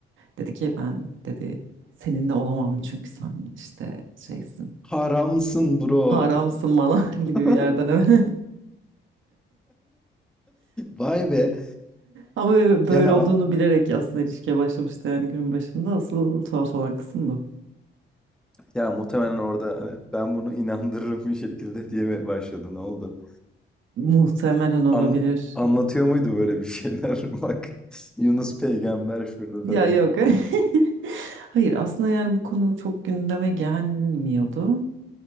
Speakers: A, on the right; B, in the centre.
A: Dedi ki ben dedi seninle olamam çünkü sen işte şeysin.
B: Haramsın bro.
A: Haramsın bana <laughs> gibi
B: <laughs>
A: bir yerden <laughs> evet.
B: Vay be.
A: Ama böyle
B: Yani
A: olduğunu
B: a-
A: bilerek aslında ilişkiye başlamıştı yani günün başında. Asıl tuhaf olan kısım bu.
B: ya muhtemelen orada hani ben bunu inandırırım bir şekilde diye mi başladı? Ne oldu?
A: Muhtemelen olabilir.
B: An anlatıyor muydu böyle bir şeyler? <laughs> Bak Yunus peygamber şurada
A: Ya
B: falan.
A: yok. <laughs> Hayır aslında yani bu konu çok gündeme gelmiyordu.